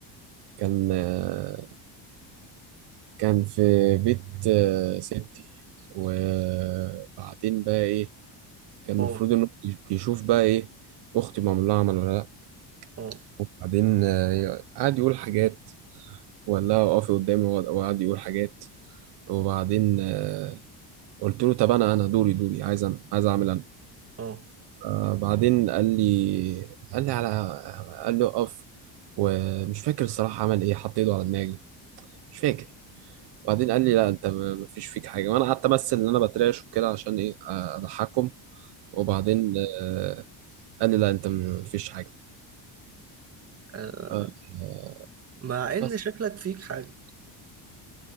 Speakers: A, on the right (about 65°); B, on the right (about 35°).
A: كان آه، كان في بيت آه، ستي وبعدين بقى ايه كان المفروض
B: اه
A: انه يش- يشوف بقى ايه اختي معمول لها عمل ولا لا
B: اه
A: وبعدين آه، قعد يقول حاجات ولا اقفي قدامي وقعد وقعد يقول حاجات وبعدين آه، قلت له طب انا انا دوري دوري عايز أنا عايز اعمل انا
B: اه
A: آه، بعدين قال لي قال لي على قال لي اقف ومش فاكر الصراحه عمل ايه حط ايده على دماغي مش فاكر بعدين قال لي لا انت م- مفيش فيك حاجه وانا قعدت امثل ان انا بترعش وكده عشان ايه آه، اضحكهم وبعدين آه، قال لي لا انت مفيش حاجه
B: <laughs>
A: آه،
B: مع ان
A: بس
B: شكلك فيك حاجه